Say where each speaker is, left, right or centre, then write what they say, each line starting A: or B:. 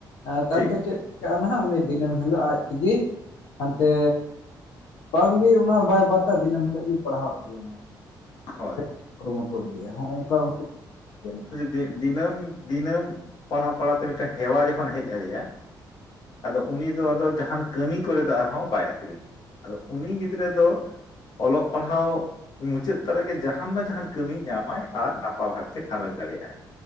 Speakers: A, on the left; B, on the left.
A: ᱟ ᱛᱟᱭᱚᱢ
B: ᱴᱷᱤᱠ
A: ᱛᱮ ᱪᱮᱫ ᱪᱤᱠᱟᱹᱜᱼᱟ ᱱᱟᱦᱟᱜ ᱩᱱᱤ ᱫᱤᱱᱟᱹᱢ ᱦᱤᱞᱳᱜ ᱟᱡ ᱛᱮᱜᱤ ᱦᱟᱱᱛᱮ ᱵᱟᱝ ᱜᱤ ᱚᱱᱟ ᱵᱟᱭ ᱵᱟᱛᱟ ᱫᱤᱱᱟᱹᱢ ᱦᱤᱞᱳᱜ ᱜᱤ ᱯᱟᱲᱦᱟᱣ ᱩᱪᱩᱭᱮ ᱱᱟᱦᱟᱜ
B: ᱦᱳᱭ
A: ᱤᱫᱤᱭᱟ ᱦᱚᱸᱜᱼᱚ ᱱᱚᱠᱟᱠᱩᱚᱜᱼᱟ <unintelligible>
B: ᱫᱤᱱ ᱫᱤᱱᱟᱹᱢ ᱫᱤᱱᱟᱹᱢ ᱯᱟᱲᱦᱟᱣ ᱯᱟᱲᱦᱟᱣ ᱛᱮ ᱢᱤᱫ ᱴᱮᱱ ᱦᱮᱣᱟ ᱡᱚᱠᱷᱚᱱᱮ ᱦᱮᱡ ᱟᱫᱮᱭᱟ ᱟᱫᱚ ᱩᱱᱤ ᱫᱚ ᱟᱫᱚ ᱡᱟᱦᱟᱸᱱ ᱠᱟᱹᱢᱤ ᱠᱚᱨᱮᱫ ᱫᱚ ᱟᱨᱦᱚᱸ ᱵᱟᱭ ᱟᱹᱛᱨᱤᱧᱟ ᱟᱫᱚ ᱩᱱᱤ ᱜᱤᱫᱽᱨᱟᱹ ᱫᱚ ᱚᱞᱚᱜ ᱯᱟᱲᱦᱟᱣ ᱢᱩᱪᱟᱹᱫ ᱛᱚᱨᱟ ᱜᱮ ᱡᱟᱦᱟᱸᱱ ᱵᱟ ᱡᱟᱦᱟᱸᱱ ᱠᱟᱹᱢᱤ ᱧᱟᱢᱟᱭ ᱟᱨ ᱱᱟᱯᱟ ᱵᱷᱟᱵᱽ ᱛᱮ ᱜᱷᱟᱨᱚᱸᱡᱽ ᱫᱟᱲᱮᱭᱟᱜᱼᱟᱭ